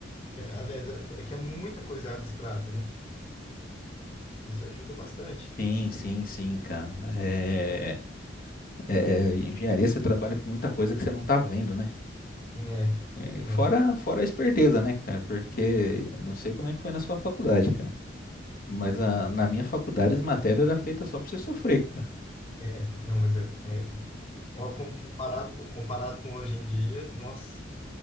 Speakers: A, on the left (about 30°); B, on the left (about 50°).
A: que, é- aliás, é, é que é muita coisa abstrata, né? Isso ajuda bastante.
B: Sim, sim, sim, cara. É, é- é, engenharia você trabalha com muita coisa que você não tá vendo, né?
A: É,
B: É,
A: é,
B: fora, fora a esperteza, né, cara? Porque eu não sei como é que foi na sua faculdade, cara. Mas a- na minha faculdade as matérias eram feitas só pra você sofrer, cara.
A: é, não, mas é, é, Ó, com- Comparado, com- comparado com hoje em dia, nós,